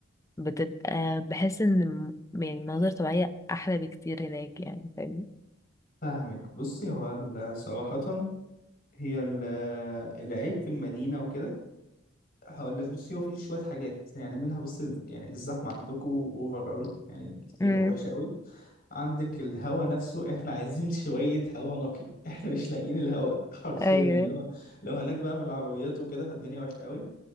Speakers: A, on the left; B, on the left.
A: بتبقى بحس ان الم- يعني المناظر الطبيعية احلى بكتير هناك يعني فاهمني
B: فاهمك بصي هو ال- صراحة هي ال- العيب في المدينة وكده هقول لك بصي هو في شوية حاجات يعني منها بصي يعني الزحمة عندكم اوفر قوي يعني كتير
A: امم
B: وحشة قوي عندك الهوا نفسه احنا عايزين <laughs> شوية هوا نقي احنا مش لاقيين الهوا <laughs> حرفيا
A: ايوه
B: اللي هو لو هناك بقى من العربيات وكده فالدنيا وحشة قوي